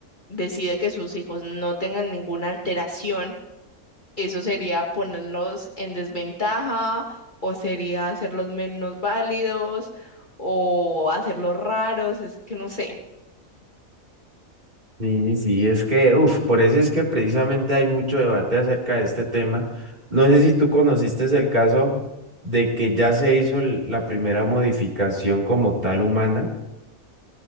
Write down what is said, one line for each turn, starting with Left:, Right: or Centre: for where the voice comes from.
Left: decide que sus hijos no tengan ninguna alteración, eso sería ponernos en desventaja o sería hacerlos menos válidos o hacerlos raros, es que no sé.
Right: sí, sí, es que, uff, por eso es que precisamente hay mucho debate acerca de este tema. No sé si tú conociste el caso de que ya se hizo el- la primera modificación como tal humana